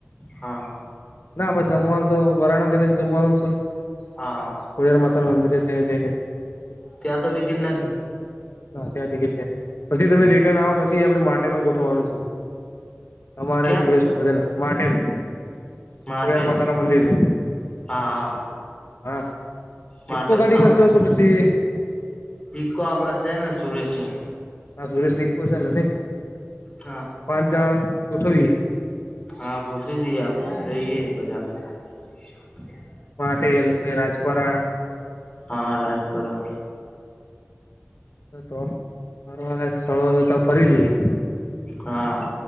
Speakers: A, on the left; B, on the left.
A: હા.
B: ના આપ જમવાનું તો વરાણા જઈને જમવાનું છે.
A: હા
B: ખોડીયાર માતાના મંદિરે ત્યાં જઈ ને
A: ત્યાં તો ટિકિટ નથી
B: હા ત્યાં ટિકિટ નહિ પછી તમે રિટર્ન આવો પછી આપડે માટેનું ગોઠવવાનું છે. અમારે
A: ક્યાં
B: સુરેશ ને બધાન માટેન
A: માટેલ
B: ખોડીયાર મતાાના મંદિર એ
A: હા હા
B: હા
A: માટેલ
B: ઈકકો ગાડી
A: ધામ
B: કરશો કે પછી
A: ઈકો આપડા છે ને સુરેશ ને
B: હા સુરેશ રિકું છે અને
A: હા
B: પાંચ જણા ગોઠવીએે
A: હા ગોઠવી દઈએ આપે જઈએ બધા. <inaudible>
B: પાટેલ પઈ રાજપરા
A: હ રાજપરા
B: તો ફરવાલાયક સ્થળો તો ફરી લઈએ
A: હા